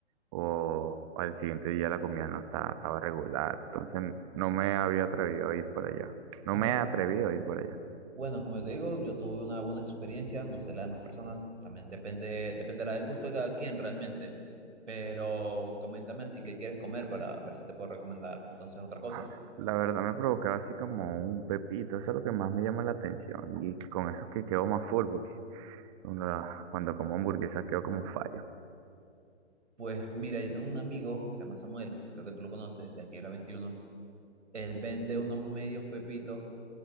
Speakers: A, on the right; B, on the right.
A: o, o al siguiente día la comida no estaba, estaba regular, entonces no me había atrevido a ir por allá, no
B: Ah,
A: me
B: bueno.
A: he atrevido a ir por allá.
B: Bueno, como yo te digo, yo tuve una buena experiencia, no sé, las demás personas, también depende, dependerá del gusto de cada quien realmente, pero coméntame así qué quieres comer para ver si te puedo recomendar entonces otra cosa.
A: Ah, La verdad me provocaba así como un pepito, eso es lo que más me llama la atención y con eso es que quedo más full porque cuando, cuando como hamburguesas quedo como fallo.
B: Pues mira, yo tengo un amigo, se llama Samuel, creo que tú lo conoces, de aquí era veintiuno él vende unos medios pepitos